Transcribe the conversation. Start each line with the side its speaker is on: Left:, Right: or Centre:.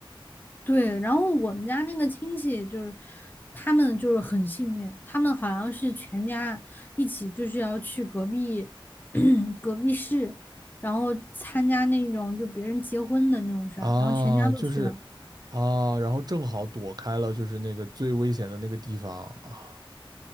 Left: 对，然后我们家那个亲戚就是，他们就是很幸运，他们好像是全家一起就是要去隔壁 <clears throat> 隔壁市，然后参加那种就别人结婚的那种事儿，
Right: 啊，
Left: 然后全家都去了。
Right: 就是啊，然后正好躲开了就是那个最危险的那个地方啊，